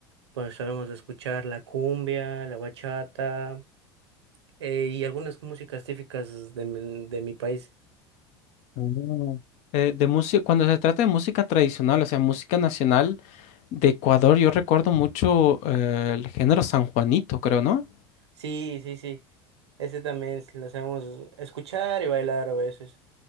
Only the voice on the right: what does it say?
pues sabemos de escuchar la cumbia, la bachata, eh, y algunas músicas típicas de mi, de mi país.
Sí, sí, sí. Ese también lo sabemos escuchar y bailar a veces.